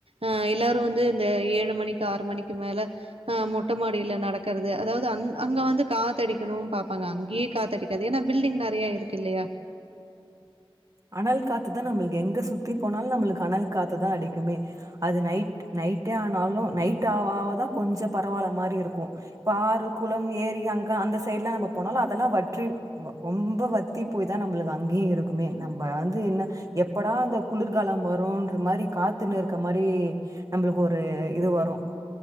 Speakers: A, on the right (about 80°); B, on the right (about 35°).
A: ஆ எல்லாரு வந்து இந்த ஏழு மணிக்கு ஆறு மணிக்கு மேல ஆ மொட்டமாடில நடக்கறது அதாவது அ அங்க வந்து காத்தடிக்கணு பாப்பாங்க அங்கயே காத்தடிக்காது ஏன்னா பில்டிங் நெறைய இருக்கு இல்லையா
B: அனல் காத்துதா நம்மளுக்கு எங்க சுத்தி போனாலு நம்மளுக்கு அனல் காத்துதா அடிக்குமே அது நைட் நைட்டே ஆனாலு நைட் ஆவ ஆவதா கொஞ்ச பரவால்ல மாரி இருக்கு இப்ப ஆறு குளம் ஏரி அங்க அந்த சைடு் எல்லா நம்ம போனாலு அதெல்லா வற்றி ரொம்ப வத்தி போய் தா நம்மளுக்கு அங்கியு இருக்குமே நம்ம வந்து என்ன எப்படா அந்த குளிர்காலம் வருன்ற மாரி காத்துன்னு இருக்க மாரி நம்மளுக்கு ஒரு இது வரு